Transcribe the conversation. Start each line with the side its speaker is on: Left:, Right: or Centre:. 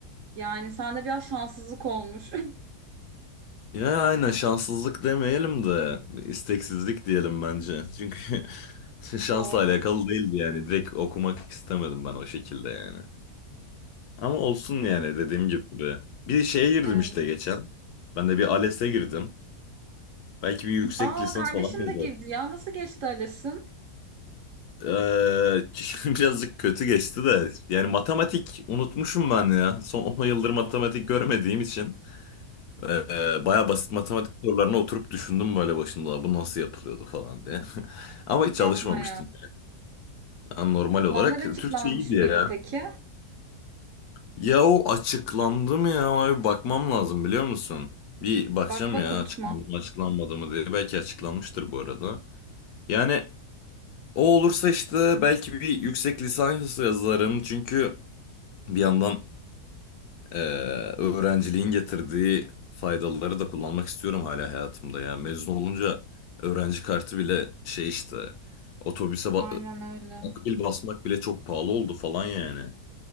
Right: Yani sende biraz şanssızlık olmuş.
Left: Ya aynen şanssızlık demeyelim de bir isteksizlik diyelim bence. Çünkü <laughs> şansla
Right: <laughs> Doğru.
Left: alakalı değildi yani direkt okumak istemedim ben o şekilde yani. Ama olsun yani dediğim gibi. Bir şeye girdim
Right: Evet.
Left: işte geçen. Ben de bir ALES'e girdim. Belki bir yüksek
Right: Aa
Left: lisans
Right: kardeşim
Left: falan yazarım.
Right: de girdi ya. Nasıl geçti Ales'in?
Left: Eee, <laughs> birazcık kötü geçti de yani matematik unutmuşum ben ya son 10 yıldır matematik görmediğim için eee baya basit matematik sorularına oturup düşündüm böyle başında bu nasıl yapılıyordu falan diye <laughs> ama hiç
Right: Yapmaya.
Left: çalışmamıştım yani normal olarak
Right: Puanlar açıklanmış
Left: Türkçe iyiydi
Right: mıydı
Left: ya
Right: peki?
Left: ya o açıklandı mı ya ona bir bakmam lazım biliyor musun bir bakacağım
Right: Bak bak
Left: ya
Right: unutma.
Left: açıklandı mı açıklanmadı mı diye belki açıklanmıştır bu arada yani o olursa işte belki bir yüksek lisans yazarım çünkü bir yandan Ee, öğrenciliğin getirdiği faydaları da kullanmak istiyorum hala hayatımda ya. Mezun olunca öğrenci kartı bile şey işte otobüse ba-
Right: Aynen öyle.
Left: akbil basmak bile çok pahalı oldu falan yani.